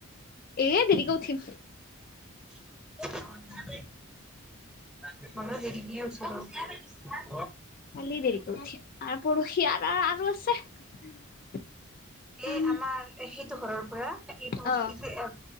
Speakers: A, on the left; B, in the centre.
A: এয়া দেৰিকৈ উঠিম।
B: মইয়ো দেৰিকেই উঠো ৰহ!
A: কালি দেৰিকে উঠিম, আৰু পৰহি আৰু আৰু আছে। <inaudible> কাম
B: এ, আমাৰ সেইটো ঘৰৰ পৰা এইটো বস্তুটো
A: অ